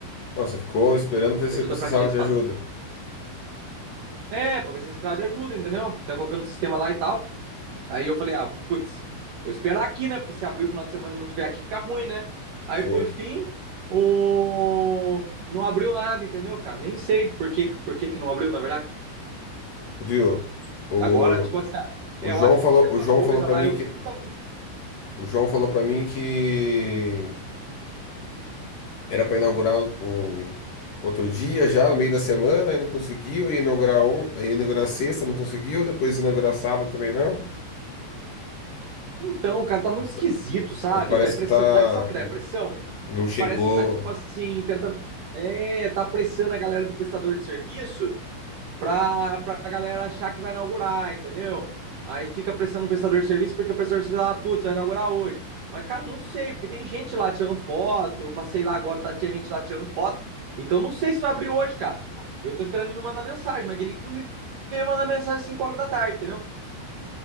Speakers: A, on the left (about 55°); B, on the right (about 65°).
A: Não, você ficou esperando pra ver se
B: Ajuda
A: você precisava
B: pra quê? Você
A: de
B: fala.
A: ajuda.
B: É, pra ver se esse cara de ajuda, entendeu? Tá colocando o sistema lá e tal. Aí eu falei, ah, putz, vou esperar aqui, né? Porque se abrir o final de semana e não tiver aqui, fica ruim, né? Aí
A: Sim.
B: por fim, o... não abriu nada, entendeu, cara? Nem sei por que, por que, que não abriu, na verdade.
A: Viu? O,
B: Agora, tipo assim, ah,
A: o
B: é, eu
A: João
B: acho que
A: falou,
B: não chegou
A: o João
B: as coisas
A: falou para
B: lá.
A: mim
B: Eu vi
A: que
B: que ele tava.
A: o João falou para mim que Era para inaugurar um, um outro dia já, no meio da semana, e não conseguiu, e inaugurar, on, e inaugurar sexta, não conseguiu, depois inaugurar sábado também não.
B: Então, cara, tá muito
A: Mas,
B: esquisito,
A: tá-
B: sabe?
A: mas parece
B: Dá impressão.
A: que tá,
B: dá- Sabe o que dá impressão?
A: não chegou.
B: Parece que tá, tipo assim, tentando. É, tá pressando a galera de prestador de serviço pra, pra galera achar que vai inaugurar, entendeu? Aí fica pressionando o prestador de serviço porque o prestador de serviço fala, ah, putz, vai inaugurar hoje. Mas, cara, não sei, porque tem gente lá tirando foto. Eu passei lá agora, tá, tinha gente lá tirando foto. Então, não sei se vai abrir hoje, cara. Eu tô esperando ele me mandar mensagem, mas aquele que não me vem mandar mensagem às 5 horas da tarde, entendeu?